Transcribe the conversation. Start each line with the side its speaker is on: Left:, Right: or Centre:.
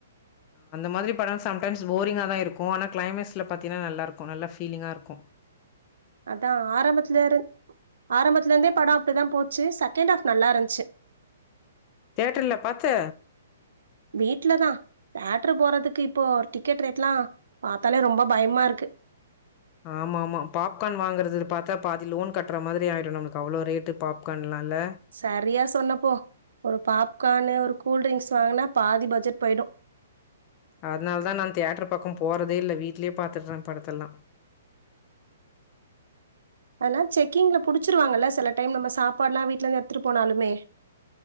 Left: அந்த மாரி பட சம்டைம்ஸ் போரிங்கா தா இருக்கு ஆனா கிளைமேக்ஸ்ல பாத்தீன்னா நல்லாருக்கு நல்லா பீலிங்கா இருக்கு
Right: அதா ஆரம்பத்துலே இரு ஆரம்பத்துலே இருந்தே படம் அப்டிதா போச்சு செகண்ட் ஹாப் நல்லா இருந்துச்சு
Left: தேட்டர்ல பாத்த
Right: வீட்லத தேட்டரு போறதுக்கு இப்போ டிக்கெட் ரேட்லா பாத்தாலே ரொம்ப பயமா இருக்கு
Left: ஆமா ஆமா பாப்கான் வாங்குறது பாத்தா பாதி லோன் கட்டுற மாரி ஆயிடு நம்மளுக்கு அவ்ளோ ரேட்டு பாப்கான்ல இல்ல
Right: சரியா சொன்னப்போ ஒரு பாப்கானு ஒரு கூல் டிரிங்க்ஸ் வாங்கனா பாதி பட்ஜெட் போயிடு
Left: அதனாலத நா தேட்டர் பக்க போறதே இல்ல வீட்லயே பாத்துடுறே படத்த எல்லா
Right: அதெல்லா செக்கி்ங்ல புடிச்சிருவாங்கல்ல செல டைம் நம்ம சாப்பாடுலா வீட்ல இருந்து எடுத்துட்டு போனாலுமே